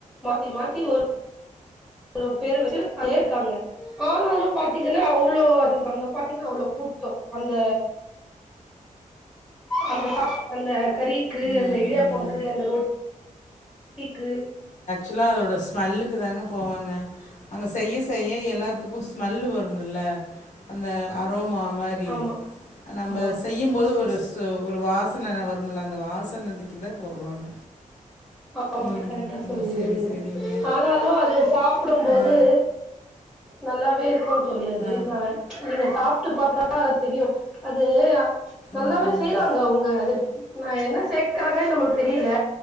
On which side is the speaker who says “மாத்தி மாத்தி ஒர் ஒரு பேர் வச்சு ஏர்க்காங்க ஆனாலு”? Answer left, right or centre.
Centre